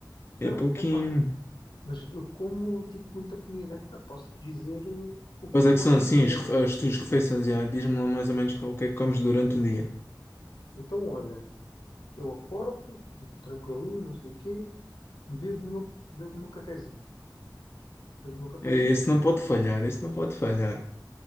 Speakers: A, on the left (about 30°); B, on the left (about 70°).
A: É
B: Não,
A: pouquinho.
B: epá, mas eu como tipo muita comida, epá, posso te dizer eh, o que
A: Pois
B: é que
A: é que
B: eu
A: são
B: ando
A: assim
B: a comer.
A: as, refe-
B: até.
A: as tuas refeições, já. Diz-me lá mais ou menos co- o que é que comes durante o dia.
B: Então, olha, eu acordo, tranquilinho, não sei o quê, bebo o meu, bebo o meu cafezinho. Bebo meu cafezinho,
A: Esse não pode falhar, esse não pode falhar.